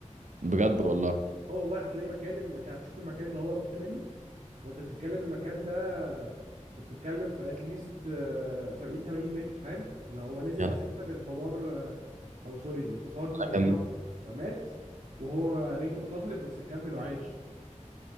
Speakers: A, on the right; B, on the right.
A: بجد والله
B: اه والله هتلاقي مكان المكان هتشوف المكان اللي هو نط منه وانت بتتكلم المكان ده انت بتتكلم في اتليست 70 80 متر فاهم اللي هو نزل
A: يعني
B: اساسا الحمار آه، او سوري الحصان
A: اكمل
B: بتاعه مات وهو رجله اتكسرت بس كمل وعاش